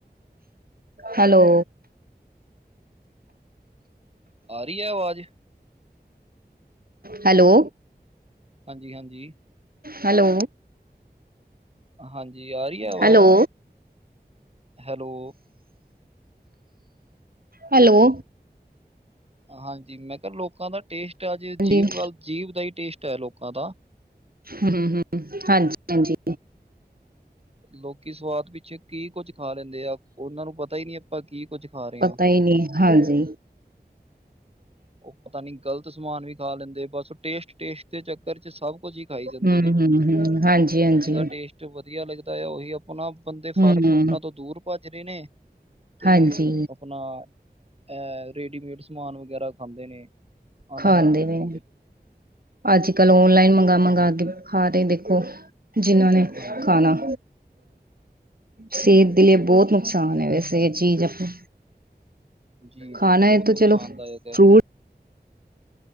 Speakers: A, on the right (about 60°); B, on the right (about 35°).
A: ਹੈਲੋ।
B: ਆ ਰਹੀ ਹੈ ਆਵਾਜ਼।
A: ਹੈਲੋ।
B: ਹਾਂਜੀ ਹਾਂਜੀ।
A: ਹੈਲੋ
B: ਹਾਂਜੀ ਆ ਰਹੀ ਹੈ ਆਵਾਜ਼
A: ਹੈਲੋ।
B: ਹੈਲੋ।
A: ਹੈਲੋ।
B: ਹਾਂਜੀ ਮੈਂ ਕਿਹਾ ਲੋਕਾਂ ਦਾ ਟੇਸਟ ਅੱਜ
A: ਹਾਂਜੀ
B: ਜੀਭ ਗੱਲ ਜੀਭ ਦਾ ਹੀ ਟੇਸਟ ਹੈ ਲੋਕਾਂ ਦਾ।
A: ਹਮ ਹਮ ਹਾਂਜੀ ਹਾਂਜੀ।
B: ਲੋਕੀ ਸਵਾਦ ਪਿੱਛੇ ਕੀ ਕੁੱਝ ਖਾ ਲੈਂਦੇ ਆ ਉਹਨਾਂ ਨੂੰ ਪਤਾ ਹੀ ਨਹੀ ਆਪਾਂ ਕੀ। ਕੁੱਝ ਖਾ ਰਹੇ
A: ਪਤਾ
B: ਹਾਂ
A: ਹੀ ਨਹੀਂ ਹਾਂਜੀ।
B: ਉਹ ਪਤਾ ਨੀ ਗ਼ਲਤ ਸਮਾਨ ਵੀ ਖਾ ਲੈਂਦੇ ਬਸ ਟੇਸਟ ਟੇਸਟ ਦੇ ਚੱਕਰ ਚ ਸਭ। ਕੁਝ ਹੀ ਖਾਈ ਜਾਂਦੇ
A: ਹੂੰ
B: ਨੇ
A: ਹੂੰ ਹੂੰ ਹਾਂਜੀ ਹਾਂਜੀ
B: ਜਿਹਦਾ ਟੇਸਟ ਵਧੀਆ ਲੱਗਦਾ। ਉਹੀ ਆਪਣਾ ਬੰਦੇ ਫਲ
A: ਹੂੰ
B: ਫਰੂਟਾਂ ਤੋਂ ਦੂਰ ਭੱਜ ਰਹੇ ਨੇ। ਤੇ
A: ਹਾਂਜੀ
B: ਆਪਣਾ ਇਹ ਰੇਡੀਮੇਡ ਸਮਾਨ ਵਗੈਰਾ ਖਾਂਦੇ ਨੇ। ਅਨਹੈਲਦੀ
A: ਖਾਂਦੇ ਨੇ
B: ਫੂਡ
A: ਅੱਜ ਕੱਲ ਓਨਲਾਈਨ ਮੰਗਾ ਮੰਗਾ ਕੇ। ਖਾ ਰਹੇ ਦੇਖੋ ਜਿਨ੍ਹਾਂ ਨੇ
B: ਹਾਂਜੀ
A: ਖਾਣਾ।
B: ਬਿਲਕੁਲ
A: ਸਿਹਤ ਦੇ ਲਈ ਬਹੁਤ ਨੁਕਸਾਨ ਹੈ ਵੈਸੇ, ਇਹ ਚੀਜ਼ ਆਪਾਂ।
B: ਜੀ ਜੀ
A: ਖਾਣਾ
B: ਬਹੁਤ
A: ਏ ਤਾਂ
B: ਨੁਕਸਾਨਦਾਇਕ
A: ਚਲੋ ਫਰੂਟ।
B: ਹੈ